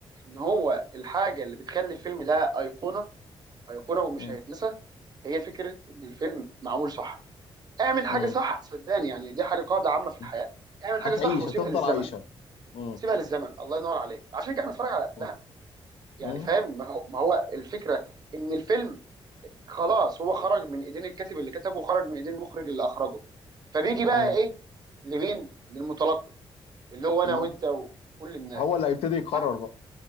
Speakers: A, on the right; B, on the left.
A: ان هو الحاجه اللي بتخلي الفيلم ده ايقونه ايقونه ومش
B: مم.
A: هيتنسى هي فكره ان الفيلم معمول صح اعمل حاجه
B: مم.
A: صح صدقني يعني دي حاجه قاعده عامه في الحياه
B: مم.
A: اعمل
B: هتعيش
A: حاجه صح وسيبها
B: هتفضل
A: للزمن
B: عايشه مم.
A: سيبها للزمن الله ينور عليك عشان كده بنتفرج على افلام
B: مم.
A: يعني
B: مم.
A: فاهم ما هو ما هو الفكره ان الفيلم خلاص هو خرج من ايدين الكاتب اللي كتبه وخرج من ايدين المخرج اللي اخرجه فبيجي بقى
B: مم.
A: ايه لمين للمتلقي اللي هو انا
B: مم.
A: وانت وكل الناس
B: هو اللي هيبتدي يقرر
A: صح
B: بقى